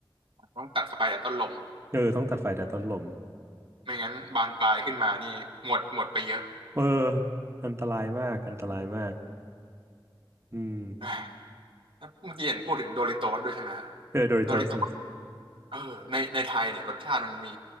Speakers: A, on the right (about 80°); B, on the right (about 30°).
A: ต้องตัดไฟแต่ต้นลม
B: เออต้องตัดไฟแต่ต้นลม
A: ไม่งั้นบานปลายขึ้นมานี่หมดหมดไปเยอะ
B: เอออันตรายมากอันตรายมาก อืม
A: อ่าแล้วเมื่อกี้เห็นพูดถึงโดริโตสด้วยใช่ไหมฮะ
B: เออโดริโตส
A: โดริโตสเออในในไทยเนี่ยรสชาติมันมี